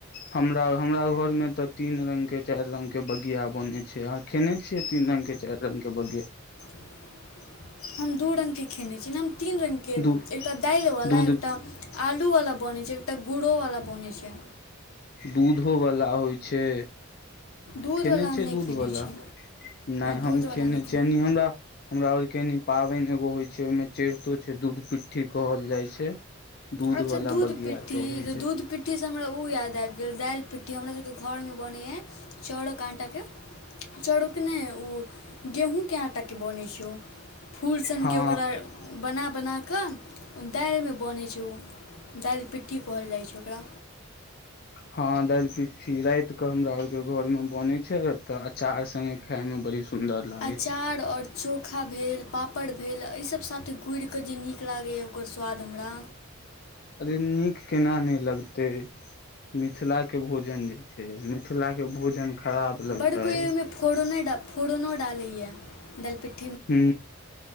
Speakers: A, on the left (about 45°); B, on the left (about 80°).
A: हमरा घर में त तीन रंग के। चारि रंग के बगिया बने छै, अहाँ खेने छियै तीन रंग के, चारि रंग के बगिया।
B: <inaudible> हम दू रंग के खेने छीय, हम तीन रंग के
A: दू
B: एकटा दालिवालला
A: दूध
B: एकटा आलूवला। बनै छै, एकटा गुड़ोवाला बनै छै।
A: दूधो वला होइ छै।
B: दूधवला
A: खेने
B: हम
A: छिय
B: नहि
A: दूध
B: खेने
A: वला
B: छी
A: नहि, हम
B: दूधवला
A: खेने
B: नहि खेलहुँ
A: छियै हमरा, हमरा आरके। पाबनि एगो होइ छै, ओहि में चढ़ितो छै दूध-पिट्ठी कहल जाइ छै।
B: अच्छा
A: वाला
B: दूध
A: बगिया
B: पिट्ठी,
A: चढ़े
B: तऽ
A: छै
B: दूध पिट्ठी हमरा ओ याद आबि गेल दालि पिट्ठी। कुट्टी हमरा सभके घर में बनैए चाउड़क आँटाके। चऊड़क नइ ओ गेहूँके आटाकेँ बनै छै ओ। फूल सनके
A: हँ
B: ओकरा बना-बना कऽ दालिमें बनै छै ओ। दालि-पिट्ठी कहल जाइ छै ओकरा।
A: हँ दालि पिट्ठी, राइत कऽ हमरा आरके घर में बनै छै तऽ। अचार संगे खाय में बड़ी सुंदर लागे
B: अचार
A: छै
B: आओर चोखा भेल, पापड़ भेल, एहि सब। साथे घुरिकऽ जे नीक लागैए ओकर स्वाद हमरा।
A: अरे नीक केना नहि लगते, मिथिला के भोजन जे छै मिथिला के। भोजन खराब लगतै
B: बड कोइ ओहि में फोड़ फोड़नो डालैए दलिपिट्टी।
A: हू।